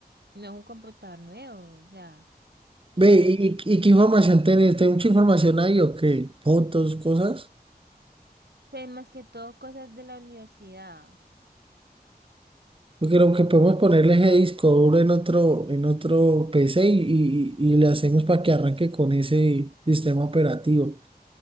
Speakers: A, on the right; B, on the right.
A: no es un computador nuevo, o sea, y
B: Ve, ¿y, y- y qué información tenés? ¿Tenés mucha información ahí o qué? ¿Fotos, cosas?
A: pues más que todo cosas de la universidad,
B: Porque lo que podemos ponerle ese disco duro en otro, en otro PC y, y- y le hacemos para que arranque con ese sistema operativo.